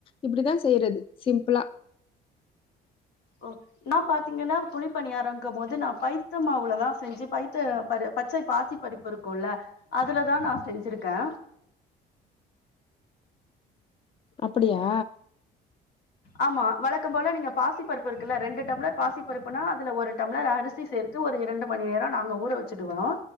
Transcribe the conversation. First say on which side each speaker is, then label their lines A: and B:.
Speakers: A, on the left; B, on the left.
A: இப்டித்தா செய்யறது சிம்பிளா
B: ஆ என்னா பாத்தீங்கனா குழி பணியாரங்க போது நா பைத்த மாவுலதா செஞ்சி பைத்த பறு பச்சை பாசி பறுப்பு இருக்குல்ல அதுலதா நா செஞ்சிருக்கே
A: அப்படியா
B: ஆமா வழக்கம் போல நீங்க பாசி பருப்பு இருக்குல்ல ரெண்டு டம்ளர் பாசி பருப்புனா அதுல ஒரு டம்ளர் அரிசி சேர்த்து ஒரு இரண்டு மணி நேரம் நாங்க ஊற வச்சுட்டுவோ